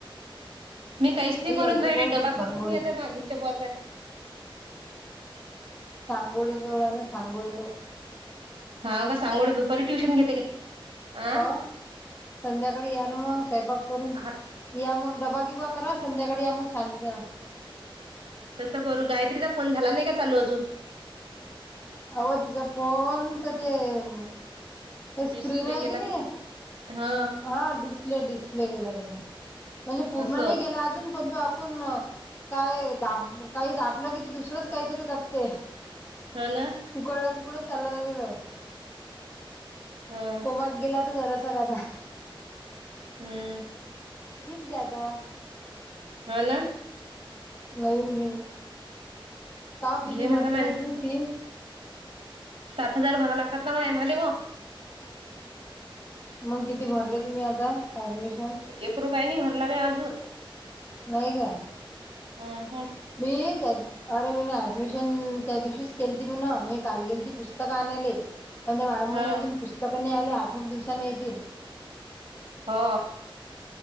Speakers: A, on the right; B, on the left.
A: मी काहीच नाही
B: यायच्या
A: करून राहिले,
B: जवळच
A: डबा
B: सांगोळे
A: करतो मी आता बा घरच्या बॉ काय!
B: सांगोळी जवळ आहे, ना सांगोळी जोळ
A: हा का सांगोळी दुपारी ट्युशन घेते काय
B: का
A: अं?
B: ओ? संध्याकाळी या ना मग सयंपाक करून
A: हा
B: या मग डबागिबा करा संध्याकाळी या मंग शांततेन
A: तसं करू, गायत्रीचा फोन झाला नाही का चालू अजून.
B: अव तिचा फोनच ते अ हे स्क्रीन
A: डिस्प्ले
B: आहे
A: गेला
B: की नाही
A: हा
B: हा डिस्प्ले, डिस्प्ले, गेला त्याचा. म्हणजे पूर्ण
A: असं
B: नाही गेला अजून पणंतु आपुण काय दाब काही दाबलं, कि ते दुसरंच काहीतरी दबते
A: हा ना
B: कुकडला कुकडच चाला जातो तो,
A: हं
B: कोमात गेला तर जरा <unintelligible>
A: हूं!
B: <unintelligible>
A: हा ना.
B: नवीन घेइना, का किती
A: घे म्हणा
B: भरली मग
A: मा
B: तुम्ही फी
A: सात हजार भरा लागतात ना माया मदे ओ.
B: मंग किती भरले तुम्ही आता? ऍडमिशन
A: एक रुपयानी भरला मी अजून.
B: नाही का.
A: हूं!
B: मी त्या, अरे मी ना ऍडमिशन त्या दिवशीश केलती मिन मी काल गेलती पुस्तक आनाले, पण त्या मॅड
A: ह
B: म्हणे अजून पुस्तक पण नाही आल्या, आठ एक दिवसाांने येतील.
A: हा!